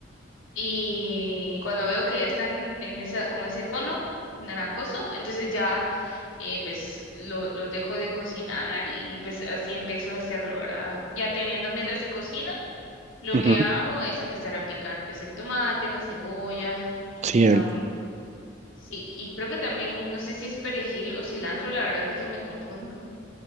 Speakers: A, on the left; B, on the right.
A: Y cuando veo que ya están en esa, con ese tono naranjoso, entonces ya eh, pues lo- los dejo de cocinar y pues así empiezo a hacerlo, ¿verdad? Ya teniendo, mientras se cocina, lo
B: Ujú,
A: que hago es empezar a picar pues el tomate, la cebolla,
B: Sí,
A: em,
B: el-
A: Sí, y creo que también, no sé si es perejil o cilantro, la verdad es de que me confundo.